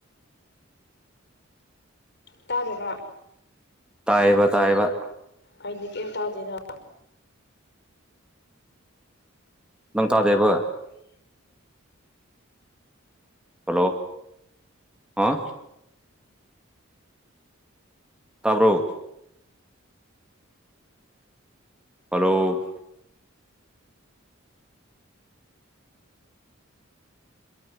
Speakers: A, on the left; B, in the centre.
A: ꯇꯥꯔꯕ꯫
B: ꯇꯥꯏꯕ ꯇꯥꯏꯕ꯫
A: ꯑꯩꯗꯤ ꯀꯩꯝ ꯇꯥꯗꯦꯅ꯫
B: ꯅꯪꯇꯥꯗꯦꯕ꯫ ꯍꯥꯜꯂꯣ ꯍꯥ ꯇꯥꯕ꯭ꯔꯣ꯫ ꯍꯥꯜꯂꯣ꯫